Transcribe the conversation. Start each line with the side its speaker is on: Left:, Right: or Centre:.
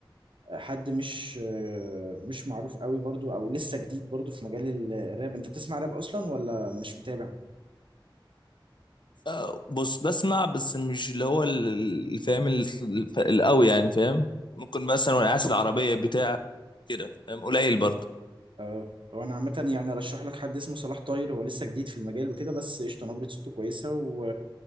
Right: حد مش آه مش معروف قوي برضو او لسه جديد برضو في مجال ال- الراب انت بتسمع راب اصلا ولا مش متابع
Left: آه، بص بسمع بس مش اللي هو ال- اللي فاهم ال- الف- القوي يعني فاهم ممكن مثلا وانا قاعد في العربيه بتاع كده فاهم قليل برضه
Right: اه هو انا عامه يعني ارشح لك حد اسمه صلاح طاير هو لسه جديد في المجال وكده بس قشطه نبره صوته كويسه و...